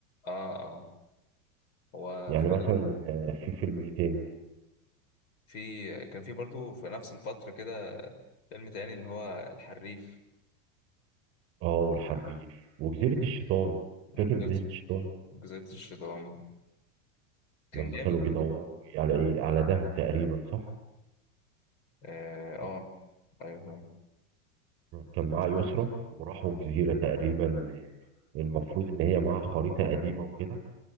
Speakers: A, on the left (about 65°); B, on the right (about 30°).
A: اه اه هو
B: يعني
A: في
B: مثلا آه، في فيلم ايه تاني
A: في- كان في برضو في نفس الفتره كده فيلم تاني اللي هو الحريف
B: اه والحربيف وجزيرة الشيطان
A: جزيرة
B: فاكر جزيرة الشيطان
A: جزيرة الشيطان كان
B: لما
A: جامد
B: كانوا بيدوروا على ايه على دهب تقريبا صح
A: اه آه،
B: آه.
A: ايوه فاهم
B: كان معاه يسرا وراحوا جزيرة تقريبا المفروض ان هي معاها خريطة قديمة وكده